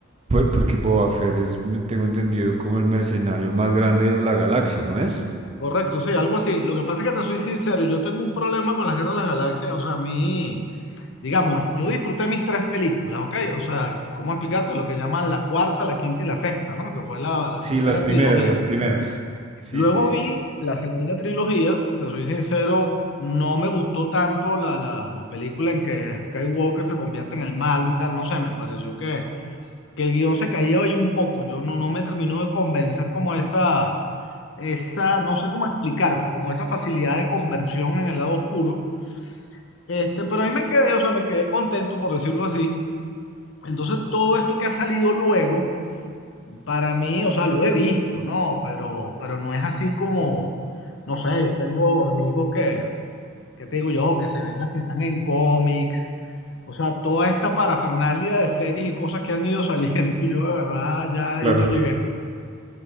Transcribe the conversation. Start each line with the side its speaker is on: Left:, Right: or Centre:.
Right: Por- porque Boba Fett es, me- tengo entendido, como el mercenario más grande de la galaxia, ¿no es?
Left: Correcto, sí, algo así. Lo que pasa es que te soy sincero, yo tengo un problema con las guerras de las galaxias. O sea, a mí, digamos, yo disfruté mis tres películas, ¿ok? O sea, ¿cómo explicarte lo que llaman la cuarta, la quinta y la sexta, ¿no? Que fue la, la
Right: Sí,
Left: primera
Right: las primeras,
Left: trilogía.
Right: las primeras. Sí,
Left: Luego
Right: sí, sí.
Left: vi la segunda trilogía, te soy sincero, no me gustó tanto la, la, la película en que Skywalker se convierte en el malo y tal, no sé, me pareció que, que el guión se caía ahí un poco, yo no, no me terminó de convencer como esa, esa, no sé cómo explicarte, como esa facilidad de conversión en el lado oscuro. Este, pero ahí me quedé, o sea, me quedé contento por decirlo así, Entonces, todo esto que ha salido luego, para mí, o sea, lo he visto, ¿no? Pero, pero no es así como, no sé, yo tengo amigos que, que te digo yo, que se ven las que están en cómics, o sea, toda esta parafernalia de series y cosas que han ido saliendo, <laughs> yo de verdad ya ahí
Right: Claro.
Left: no llegué, pues.